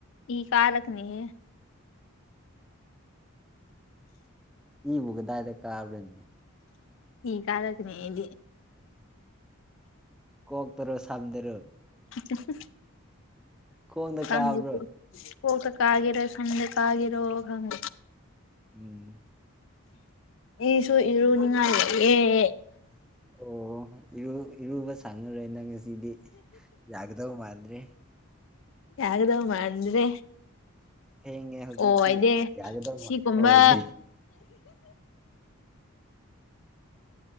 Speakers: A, on the left; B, in the centre.
A: ꯢ ꯀꯥꯔꯛꯀꯅꯤ ꯍꯦ
B: ꯏꯕꯨ ꯀꯗꯥꯥꯏꯗ ꯀꯥꯕ꯭ꯔꯅꯦ
A: ꯏ ꯀꯥꯔꯛꯀꯅꯤ ꯑꯩꯗꯤ
B: ꯀꯣꯛꯇꯔꯣ ꯁꯝꯗꯔꯣ
A: ꯎꯝꯍꯨꯝ
B: ꯈꯣꯡꯗ
A: ꯈꯪꯗꯦ
B: ꯀꯥꯕ꯭ꯔꯣ
A: ꯀꯣꯛꯇ ꯀꯥꯒꯦꯔꯣ ꯁꯝꯗ ꯀꯦꯒꯦꯔꯣ ꯈꯪ
B: ꯎꯝ
A: ꯏꯁꯨ ꯏꯔꯨꯅꯤꯡꯉꯥꯏ ꯂꯩꯑꯦ
B: ꯑꯣ ꯏꯔꯨ ꯏꯔꯨꯕꯁꯨ ꯁꯪꯉꯔꯣꯏ ꯅꯪ ꯉꯁꯤꯗꯤ ꯌꯥꯒꯗꯧ ꯃꯥꯟꯗ꯭ꯔꯦ
A: ꯌꯥꯒꯗꯧ ꯃꯥꯟꯗ꯭ꯔꯦ
B: ꯊꯦꯡꯉꯦ ꯍꯧꯖꯤꯛꯇꯤ
A: ꯑꯣ ꯑꯩꯗꯤ
B: ꯌꯥꯒꯗꯧꯕ
A: ꯁꯤꯒꯨꯝꯕ
B: ꯑꯣꯏꯗ꯭ꯔꯦ